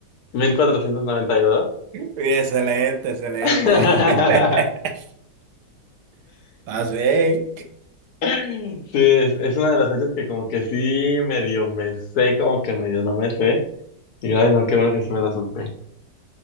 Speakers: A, on the left (about 65°); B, on the right (about 75°).
A: mil cuatrocientos noventa y dos
B: Muy Excelente, excelente.
A: <laughs>
B: <laughs> Así, es.
A: Sí, es, es una de las fechas que como que sí medio me sé, como que medio no me sé. Y ay, no, qué bueno que sí me la supe.